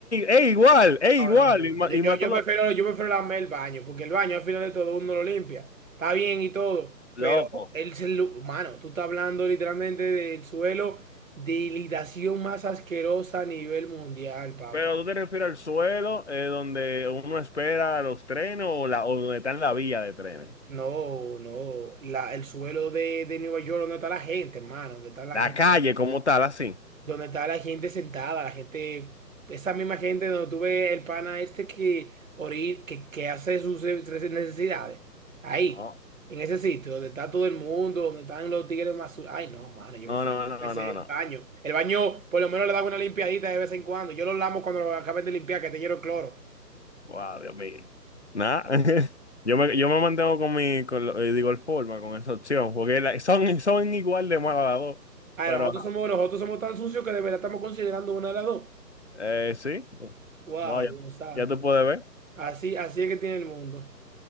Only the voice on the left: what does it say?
Es igual, es
igual,
y
ma-
y
mato
los...
Loco.
Pero tú te refieres al suelo eh, donde uno espera los trenes o, la, o donde está en la vía de trenes.
La
calle como tal, así.
No,
no,
no, no,
no, no.
Wow, Dios mío. Nada. <laughs> Yo me, yo me mantengo con mi, con lo- eh, digo, el forma, con esa opción, porque la- son, son igual de malas las dos.
Pero,
ajá.
eh, sí.
Wow, ya,
ya te puedes ver.